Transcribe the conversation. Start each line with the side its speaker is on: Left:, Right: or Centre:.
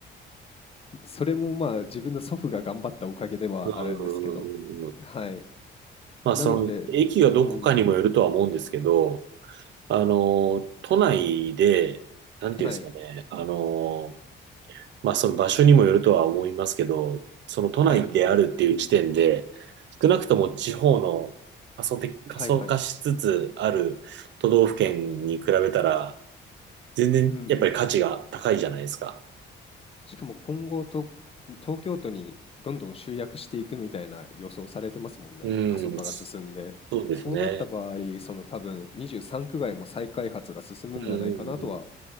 Left: <laughs> それもまあ自分の祖父が頑張ったおかげではあるんですけど。
Right: うんうんうん。
Left: はい。
Right: まあ、
Left: なので、
Right: その、駅がどこかにもよるとは思うんですけど、
Left: うん、
Right: あの、都内で、なんていうんですかね、
Left: はい、
Right: あの、まあその場所にもよるとは思いますけど、その都内であるっていう時点で、
Left: はい、
Right: 少なくとも地方の過疎的、過疎化しつつある都道府県に比べたら、
Left: はい、はい。
Right: 全然やっぱり価値が高いじゃないですか。
Left: うんうん。しかも今後と、東京都にどんどん集約していくみたいな予想されてますもんね。
Right: うん、
Left: 過疎化が進んで。
Right: そうですね。
Left: そうなった場合、その多分23区外も再開発が進むんじゃないかなとは
Right: うんうんうん、